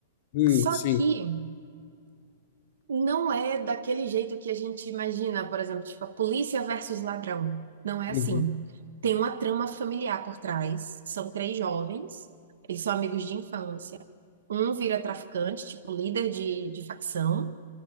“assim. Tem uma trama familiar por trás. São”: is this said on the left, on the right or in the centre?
Right